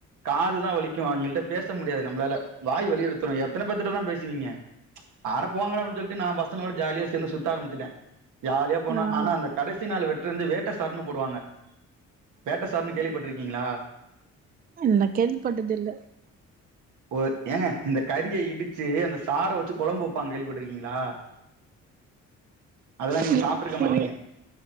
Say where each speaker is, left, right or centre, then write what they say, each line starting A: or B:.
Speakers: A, on the right; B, on the right.
A: காதுதா வலிக்கு அவிங்கள்ட்ட பேச முடியாது நம்பளால வாய் வலி எடுத்துரு எத்தன பேத்துட்டதா பேசுவீங்க அட போங்கடா அப்டின்னு சொல்லிட்டு நா பசங்களோட ஜாலியா சேந்து சுத்த ஆம்பிச்சுட்டே ஜாலியா போனோ
B: ஆ ஆ
A: ஆனா அந்த கடைசி நாள் வெட்டிருந்து வேட்ட சாரனு போடுவாங்க வேட்ட சாரனு கேள்விப்பட்டிருக்க ங்களா
B: நா கேள்விப்பட்டதில்ல
A: ஓ ஏங்க இந்த கறிய இடிச்சு அந்த சார வச்சு கொழம்பு வெப்பாங்க கேள்விப்பட்டிருக்கீங்களா அதெல்லா நீங்க
B: இடிச்சு
A: சாப்ட்ருக்க மாட்டீங்க